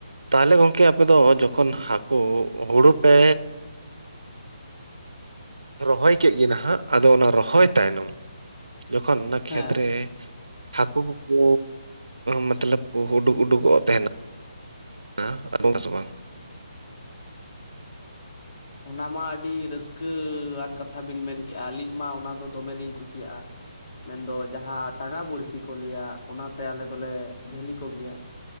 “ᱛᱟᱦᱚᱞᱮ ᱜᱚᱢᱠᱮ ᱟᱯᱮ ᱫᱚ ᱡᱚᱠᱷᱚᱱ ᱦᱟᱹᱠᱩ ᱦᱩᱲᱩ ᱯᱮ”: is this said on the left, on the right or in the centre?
Right